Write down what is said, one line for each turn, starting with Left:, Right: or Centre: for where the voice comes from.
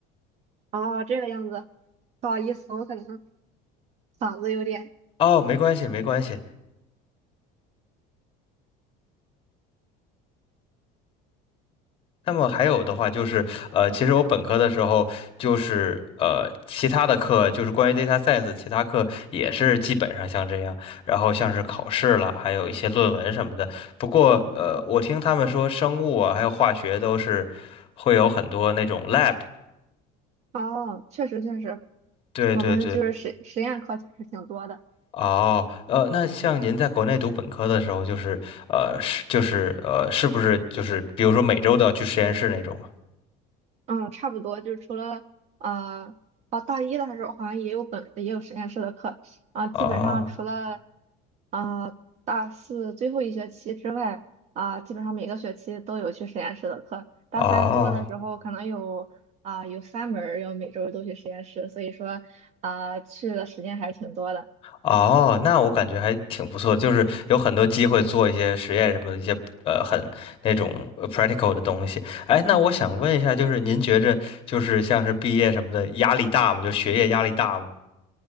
Right: 哦，这个样子，不好意思，我可能嗓子有点。
Left: 哦，没关系，没关系。那么还有的话就是，呃，其实我本科的时候就是呃，其他的课就是关于 data science，其他课也是基本上像这样，然后像是考试了，还有一些论文什么的。不过呃，我听他们说生物啊，还有化学都是会有很多那种 lab。
Right: 哦，确实确实，
Left: 对对对。
Right: 我们就是实实验课确实挺多的。
Left: 哦，呃，那像您在国内读本科的时候，就是呃，是就是呃，是不是就是比如说每周都要去实验室那种
Right: 嗯，差不多，就除了啊哦，大一的时候好像也有本也有实验室的课啊，基本上除了
Left: 啊？哦
Right: 啊、大四最后一学期之外啊、基本上每个学期都有去实验室的课。大三多的时候可能有啊、
Left: 哦
Right: 有三门儿要每周都去实验室，所以说啊、去的时间还是挺多的。
Left: 哦，那我感觉还挺不错的，就是有很多机会做一些实验什么的一些呃很那种呃 practical 的东西。哎，那我想问一下，就是您觉着就是像是毕业什么的压力大吗？就学业压力大吗？